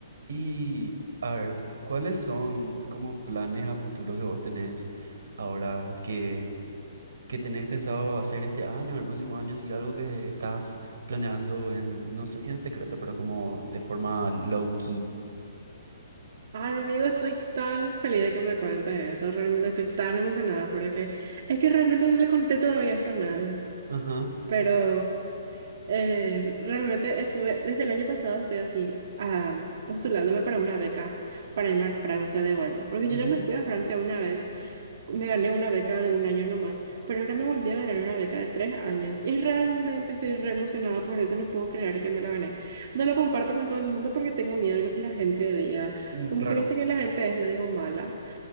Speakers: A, on the right; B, on the right.
A: Y a ver, ¿cuáles son como planes a futuro que vos tenés ahora que, que tenés pensado hacer este año, el próximo año, si algo que estás planeando en, no sé si en secreto, pero como de forma low key?
B: Ay, amigo, estoy tan feliz de que me cuentes esto. Realmente estoy tan emocionada por lo que... Es que realmente no le conté todavía esto a nadie.
A: Ajá.
B: Pero eh, realmente estuve, desde el año pasado estoy así, ah, postulándome para una beca para irme a Francia de vuelta, porque
A: ujú,
B: yo ya me fui a Francia una vez, me gané una beca de un año nomás, pero ahora me volví a ganar una beca de tres años y realmente estoy re emocionada por eso, no puedo creer que me lo gané. No lo comparto con todo el mundo porque tengo miedo de lo que la gente diga,
A: mm,
B: como
A: claro.
B: que viste que la gente es medio mala